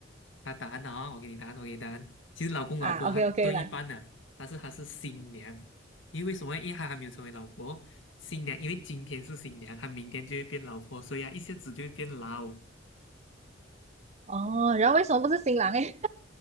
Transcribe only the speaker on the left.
他答案啊、我给你答案，我给你答案。其实老公老婆他对一半的，
但是他是新娘，因为为什么？因为他还没有成为老婆，新娘，因为今天是新娘，他明天就会变老婆，所以啊，一下子就会变老。